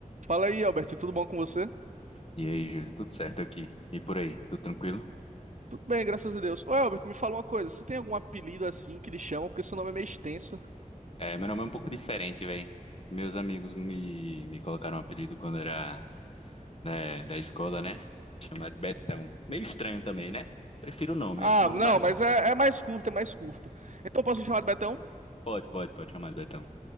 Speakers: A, on the right; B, on the left.
A: Fala aí, Albert, tudo bom com você?
B: E aí, Júlio, tudo certo aqui? E por aí, tudo tranquilo?
A: Tudo bem, graças a Deus. Ô, Albert, me fala uma coisa, você tem algum apelido assim que lhe chamam? Porque seu nome é meio extenso.
B: É, meu nome é um pouco diferente, velho. Meus amigos me, me colocaram um apelido quando era né, da escola, né? Chamado de Betão. Meio estranho também, né? Prefiro o nome,
A: Ah,
B: acho o nome
A: não,
B: mais...
A: mas
B: ba-
A: é, é mais curto, é mais curto. Então posso me chamar de Betão?
B: Pode, pode, pode chamar de Betão.